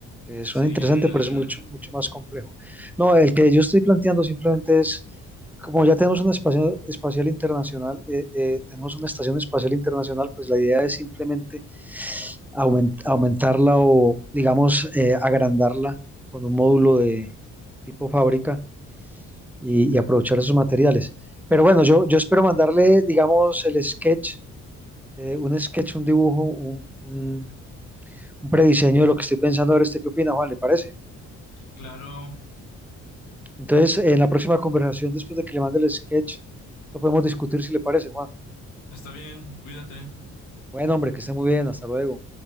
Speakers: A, in the centre; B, on the left (about 85°).
A: Eh, suena
B: Sí,
A: interesante,
B: claro.
A: pero es mucho, mucho más complejo. No, el que yo estoy planteando simplemente es, como ya tenemos una espacio- espacial internacional, eh, eh, tenemos una estación espacial internacional, pues la idea es simplemente aument- aumentarla o, digamos, eh, agrandarla con un módulo de tipo fábrica y, y aprovechar esos materiales. Pero bueno, yo, yo espero mandarle, digamos, el sketch eh, un sketch, un dibujo, un, un- un prediseño de lo que estoy pensando. A ver, ¿usted qué opina, Juan? ¿Le parece?
B: Claro,
A: Entonces, en la próxima conversación, después de que le mande el sketch, lo podemos discutir si le parece, Juan.
B: está bien, cuídate.
A: Bueno, hombre, que esté muy bien. Hasta luego.